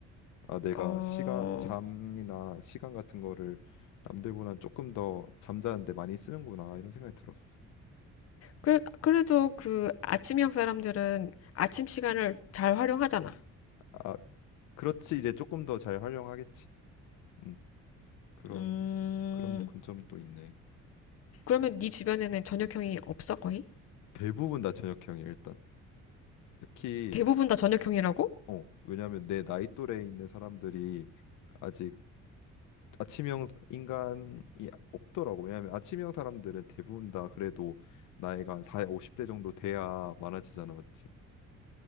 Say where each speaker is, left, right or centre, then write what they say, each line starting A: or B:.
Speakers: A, on the left (about 80°); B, on the left (about 55°).
A: 아, 내가
B: 어.
A: 시간 잠이나 시간 같은 거를 남들보단 조금 더 잠자는데 많이 쓰는구나 이런 생각이 들었어.
B: 그래 그래도 그 아침형 사람들은 아침 시간을 잘 활용하잖아.
A: 아, 그렇지 이제 조금 더 잘 활용하겠지. 음, 그런
B: 음.
A: 그런 관점도 있네.
B: 그러면 네 주변에는 저녁형이 없어, 거의?
A: 대부분 다 저녁형이야 일단 특히
B: 대부분 다 저녁형이라고?
A: 어 왜냐하면 내 나이 또래에 있는 사람들이 아직 아침형 인간이 없더라고 왜냐하면 아침형 사람들은 대부분 다 그래도 나이가 한 4, 50대 정도 돼야 많아지잖아 맞지